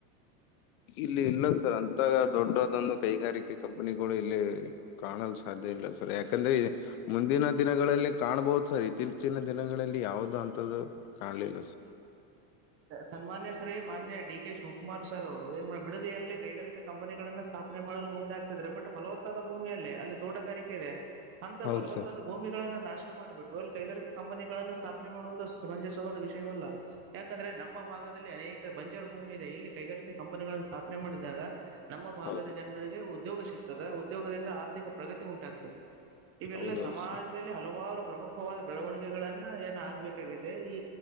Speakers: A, on the left; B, on the right.
A: ಇಲ್ಲ ಇಲ್ಲ ಸರ್ ಅಂತ ದೊಡ್ಡದೊಂದು ಕೈಗಾರಿಕೆ ಕಂಪನಿಗಳು ಇಲ್ಲಿ ಕಾಣಲು ಸಾಧ್ಯ ಇಲ್ಲ ಸರ್ ಯಾಕಂದ್ರೆ ಮುಂದಿನ ದಿನಗಳಲ್ಲಿ ಕಾಣ್ಬಹದು ಸರ್ ಇತ್ತೀಚಿನ ದಿನಗಳಲ್ಲಿ ಯಾವವು್ದ ಅಂತದ್ದು ಕಾಣಲಿಲ್ಲ ಸ
B: ಸನ್ಮಾನ್ಯ ಸ್ರೀ ಮಾನ್ಯ ಡಿ ಕೆ ಶಿವಕುಮಾರ್ ಸರ್ ಅವರು ಏನ್ ಮಾಡ ಬಿಡದಿಯಲ್ಲಿ ಕೈಗಾರಿಕಾ ಕಂಪನಿಗಳನ್ನ ಸ್ಥಾಪನೆ ಮಾಡಲು ಮುಂದೆಾಗ್ತಿದ್ರೆ ಬಟ್ ಫಲವತ್ತಾದ ಭೂಮಿಯಲ್ಲಿ ಅಲ್ಲಿ ತೋಟಗಾರಿಕೆ ಇದೆ ಅಂತ
A: ಹೌದು
B: ಫಲವತ್ತಾದ
A: ಸರ್
B: ಭೂಮಿಗಳನ್ನ ನಾಶ ಮಾಡ್ಬಿಟ್ಟು ಅಲ್ಲಿ ಕೈಗಾರಿಕೆ ಕಂಪನಿಗಳನ್ನು ಸ್ಥಾಪನೆ ಮಾಡುವುದು ಸಮಂಜಸವಾದ ವಿಷಯವಲ್ಲ ಯಾಕಂದ್ರೆ ನಮ್ಮ ಭಾಗದಲ್ಲಿ ಅನೇಕ ಬಂಜಾರ ಭೂಮಿ ಇದೆ ಇಲ್ಲಿ ಕೈಗಾರಿಕಾ ಕಂಪನಿಗಳನ್ನು ಸ್ಥಾಪನೆ ಮಾಡಿದಾಗ ನಮ್ಮ ಭಾಗದ
A: ಹೌದು
B: ಜನರಿಗೆ ಉದ್ಯೋಗ ಸಿಗ್ತದೆ ಉದ್ಯೋಗದಿಂದ ಆರ್ಥಿಕ ಪ್ರಗತಿ ಉಂಟಾಗ್ತದೆ ಇವೆಲ್ಲ
A: ಹೌದೌದು
B: ಸಮಾಜದಲ್ಲಿ
A: ಸರ್
B: ಹಲವಾರು ಪ್ರಮುಖವಾದ ಬೆಳವಣಿಗೆಗಳನ್ನ ಏನು ಆಗ್ಬೇಕಾಗಿದೆ ಈ